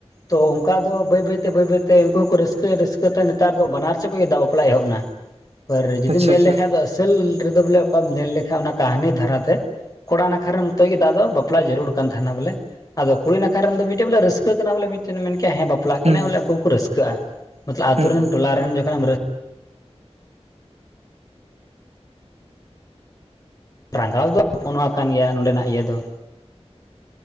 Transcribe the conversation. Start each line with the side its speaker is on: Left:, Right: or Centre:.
Left: ᱛᱚ ᱚᱱᱠᱟ ᱫᱚ ᱵᱟᱹᱭ ᱵᱟᱹᱭ ᱛᱮ ᱵᱟᱹᱭ ᱵᱟᱹᱭ ᱛᱮ ᱩᱱᱠᱩ ᱦᱚᱸᱠᱚ ᱨᱟᱹᱥᱠᱟᱹ ᱨᱟᱹᱥᱠᱟᱹᱛᱮ ᱱᱮᱛᱟᱨ ᱫᱚ ᱵᱟᱱᱟᱨ ᱪᱮᱫ ᱠᱷᱚᱱ ᱜᱮ ᱫᱟᱜ ᱵᱟᱯᱞᱟ ᱮᱦᱚᱵ ᱮᱱᱟ᱾ ᱡᱩᱫᱤᱢ
Right: ᱟᱪᱪᱷᱟ
Left: ᱧᱮᱞ
Right: ᱟᱪᱪᱷᱟ
Left: ᱞᱮᱠᱷᱟᱡ ᱫᱚ ᱟᱹᱥᱞ ᱨᱮᱫᱚ ᱵᱚᱞᱮ ᱚᱠᱟᱢ ᱧᱮᱞ ᱞᱮᱠᱷᱟᱡ ᱚᱱᱟ ᱠᱟᱹᱦᱱᱤ ᱫᱷᱟᱨᱟᱛᱮ ᱠᱚᱲᱟ ᱱᱟᱠᱷᱟ ᱨᱮᱱ ᱱᱚᱛᱮ ᱜᱮ ᱫᱟᱜ ᱫᱚ ᱵᱟᱯᱞᱟ ᱡᱟᱹᱨᱩᱲ ᱠᱟᱱ ᱛᱟᱦᱮᱱᱟ ᱵᱚᱞᱮ᱾ ᱟᱫᱚ ᱠᱩᱲᱤ ᱱᱟᱠᱷᱟ ᱨᱮᱱ ᱫᱚ ᱢᱤᱴᱮᱡ ᱵᱚᱞ ᱨᱟᱹᱥᱟᱹ ᱠᱟᱱᱟ ᱵᱚᱞ ᱢᱤᱴᱮᱱ ᱦᱮᱸ ᱵᱟᱯᱞᱟ ᱵᱚᱞᱮ
Right: ᱦᱩᱸ ᱦᱩᱸ
Left: ᱩᱱᱠᱩ ᱨᱟᱹᱥᱠᱟᱹᱜᱼᱟ ᱢᱚᱛᱚᱞ ᱟᱛᱩᱨ
Right: ᱦᱩᱸ
Left: ᱨᱮᱱ ᱴᱚᱞᱟ ᱨᱮᱱ ᱡᱚᱠᱷᱚᱱ ᱨᱟᱹᱥᱠᱟᱹᱼᱟ ᱨᱟᱸᱜᱟᱣ ᱫᱚ ᱱᱚᱣᱟ ᱠᱟᱱ ᱜᱮᱭᱟ ᱱᱚᱰᱮᱱᱟᱜ ᱤᱭᱟᱹ ᱫᱚ᱾